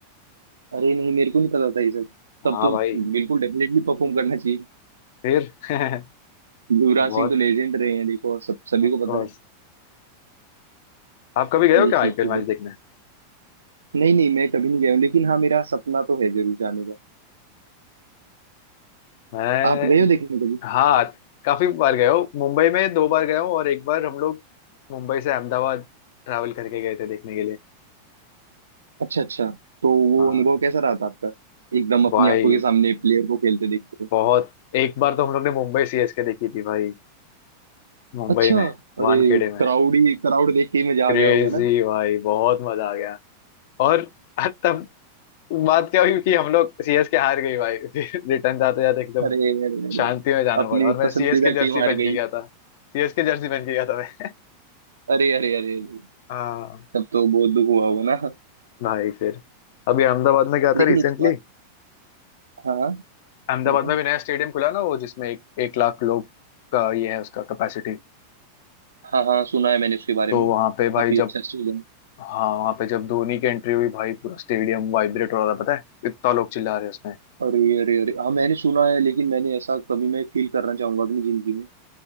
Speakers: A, on the right; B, on the left.
A: अरे नहीं मेरे को नहीं पता था ये सब
B: हाँ
A: तब तो
B: भाई
A: बिल्कुल डेफिनेटली परफॉर्म करना चाहिए।
B: फिर <laughs>
A: युवराज
B: बहुत
A: सिंह तो लेजेंड रहे हैं देखो सब सभी
B: ऑफ
A: को पता
B: कोर्स
A: है
B: आप कभी गए हो
A: ये
B: क्या आईपीएल
A: चीज तो
B: मैच
A: है
B: देखने
A: नहीं नहीं मैं कभी नहीं गया हूँ लेकिन हाँ मेरा सपना तो है जरूर जाने का
B: मैं
A: आप गए हो देखने कभी
B: हाँ काफी बार गए हो मुंबई में दो बार गए हूँ और एक बार हम लोग मुंबई से अहमदाबाद ट्रैवल करके गए थे देखने के लिए
A: अच्छा अच्छा तो वो
B: हाँ
A: अनुभव कैसा रहा था आपका एकदम अपनी
B: भाई
A: आंखों के सामने प्लेयर को खेलते देखते हुए
B: बहुत एक बार तो हम लोग ने मुंबई सीएसके देखी थी भाई मुंबई
A: अच्छा
B: में वानखेड़े
A: अरे
B: में
A: क्राउड ही क्राउड देख के ही मजा
B: क्रेजी
A: आ गया होगा ना
B: भाई बहुत मजा आ गया और तब बात क्या हुई कि हम लोग सीएसके हार गई भाई <laughs> फिर रिटर्न जाते जाते एकदम
A: अरे अरे अरे
B: शांति में जाना
A: अपनी
B: पड़ा और मैं
A: पसंदीदा
B: सीएस के जर्सी
A: टीम
B: पहन
A: हार
B: के
A: गई
B: गया था सीएस के जर्सी पहन के गया था मैं
A: अरे अरे अरे अरे,
B: हाँ
A: तब तो बहुत दुख हुआ होगा ना
B: भाई फिर अभी अहमदाबाद में गया
A: लेकिन
B: था रिसेंटली
A: उसका हाँ हाँ
B: अहमदाबाद
A: बताओ
B: में भी नया स्टेडियम खुला ना वो जिसमें एक एक लाख लोग का ये है उसका कैपेसिटी
A: हाँ हाँ सुना है मैंने उसके बारे
B: तो
A: में
B: वहां पे भाई
A: काफी
B: जब
A: अच्छा स्टेडियम
B: हाँ वहां पे जब धोनी की एंट्री हुई भाई पूरा स्टेडियम वाइब्रेट हो रहा था पता है इतना लोग चिल्ला रहे हैं उसमें
A: अरे अरे अरे हाँ मैंने सुना है लेकिन मैंने ऐसा कभी मैं फील करना चाहूंगा अपनी जिंदगी में